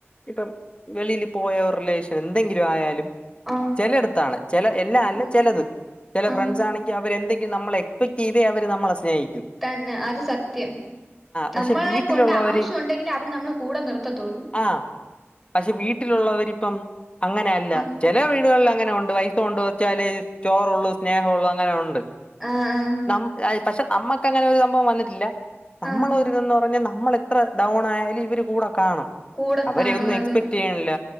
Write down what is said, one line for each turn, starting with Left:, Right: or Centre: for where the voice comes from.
Left: ഇപ്പം വെളിയില് പോയവർലിഷ് എന്തെങ്കിലു ആയാലും
Centre: ആഹ്
Left: ചെലയിടത്താണ് ചെല എല്ലാ അല്ല
Centre: ആഹ്
Left: ചെലത്. ചെലെ
Centre: ആഹ്
Left: ഫ്രണ്ട്സാണെങ്കി അവരെന്തെങ്കിം നമ്മളെ എസ്പെക്റ്റെയ്ത് അവര് നമ്മളെ സ്നേഹിക്കും.
Centre: തന്നെ അത് സത്യം. നമ്മളെ
Left: പക്ഷെ വീട്ടിലുള്ളവര്
Centre: കൊണ്ട് ആവശ്യുണ്ടെങ്കിലെ അവര് നമ്മളെ കൂടെ നിർത്തത്തൊള്ളൂ.
Left: ആ പക്ഷെ വീട്ടിലുള്ളവരിപ്പം അങ്ങനല്ല.
Centre: ആഹ്
Left: ചെലെ വീടുകൾല് അങ്ങനെ ഒണ്ട് പൈസ കൊണ്ട് വെച്ചാല് ചോറോള്ളൂ സ്നേഹോള്ളൂ അങ്ങനെ ഒണ്ട്.
Centre: ആഹ് ആഹ്
Left: നം അത് പക്ഷെ നമ്മക്കങ്ങനെ ഒരു സംഭവം വന്ന്ട്ട്ല്ല. നമ്മളൊരിതെന്ന്
Centre: ആഹ്
Left: പറഞ്ഞാ നമ്മളെത്ര ഡൗണായാലും ഇവര് കൂടെ കാണും.
Centre: കൂടെ
Left: അവരെ
Centre: കാണും
Left: ഒന്നും
Centre: അതെ
Left: എക്സ്പെക്ടെയ്യ്ണില്ല